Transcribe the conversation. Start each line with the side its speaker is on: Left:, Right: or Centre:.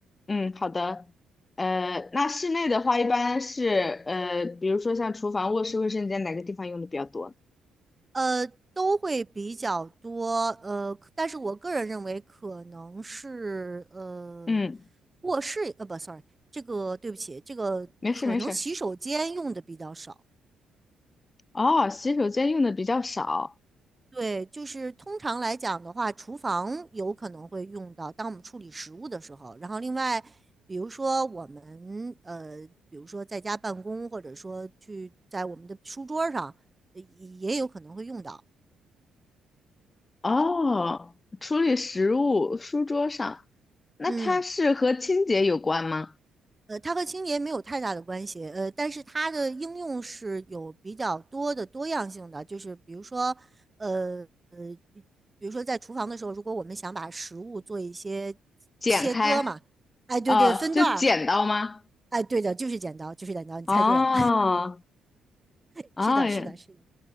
Left: 嗯，好的，呃，那室内的话，一般是呃，比如说像厨房、卧室、卫生间哪个地方用的比较多？
Right: 呃，都会比较多，呃，但是我个人认为可能是呃，
Left: 嗯，
Right: 卧室，呃，不，sorry，这个对不起，这个可能洗手间用的比较少。
Left: 没事没事。哦，洗手间用的比较少。
Right: 对，就是通常来讲的话，厨房有可能会用到，当我们处理食物的时候。然后另外，比如说我们呃，比如说在家办公，或者说去在我们的书桌上，呃也也有可能会用到。
Left: 哦，处理食物，书桌上，那它是和清洁有关吗？
Right: 嗯。呃，它和清洁没有太大的关系，呃，但是它的应用是有比较多的多样性的，就是比如说，呃呃，比如说在厨房的时候，如果我们想把食物做一些
Left: 剪开，
Right: 切割嘛，哎，对对，
Left: 呃，
Right: 分段儿，
Left: 就剪刀吗？
Right: 哎，对的，就是剪刀，就是剪刀，你猜对了，
Left: 哦，
Right: <laughs>
Left: 哦，
Right: 是的，
Left: 嗯，
Right: 是的，是的。